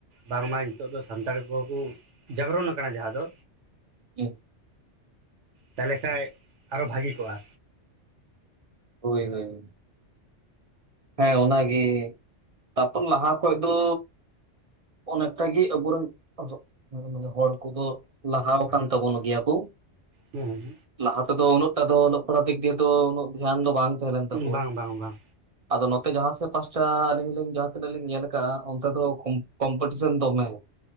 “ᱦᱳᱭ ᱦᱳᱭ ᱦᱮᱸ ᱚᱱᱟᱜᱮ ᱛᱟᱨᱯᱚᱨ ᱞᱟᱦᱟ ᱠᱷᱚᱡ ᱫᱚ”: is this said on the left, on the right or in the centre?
Right